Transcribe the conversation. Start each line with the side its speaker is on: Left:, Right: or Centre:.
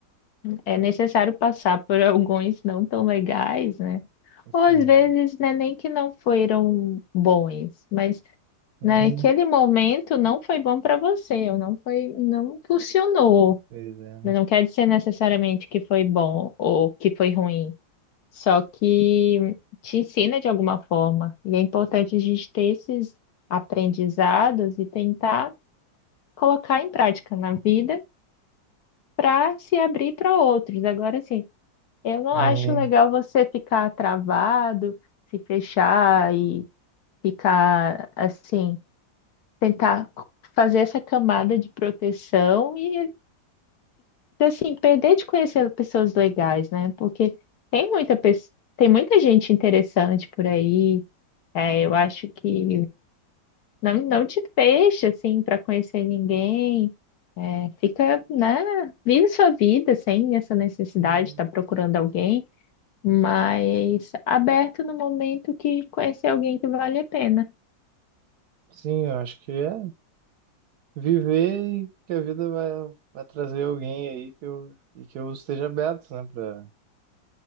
Left: é necessário passar por alguns não tão legais, né?
Right: Uhum.
Left: Ou às vezes, né, nem que não foram bons, mas
Right: Uhum.
Left: naquele momento não foi bom para você, ou não foi, não funcionou.
Right: Pois é.
Left: Mas Não quer dizer necessariamente que foi bom ou que foi ruim, só que te ensina de alguma forma. E é importante a gente ter esses aprendizados e tentar colocar em prática na vida para se abrir para outros. Agora, assim, eu não
Right: Uhum.
Left: acho legal você ficar travado, se fechar e ficar assim, tentar fazer essa camada de proteção e assim, perder de conhecer pessoas legais, né? Porque tem muita, pe- tem muita gente interessante por aí. É, eu acho que Não, não te fecha, assim, para conhecer ninguém. É, fica, né? Vive sua vida sem essa necessidade
Right: Sim,
Left: de estar procurando alguém, mas aberto no momento que conhecer alguém que vale a pena.
Right: sim, eu acho que é. viver e que a vida vai, vai trazer alguém aí que eu, e que eu esteja aberto, né, para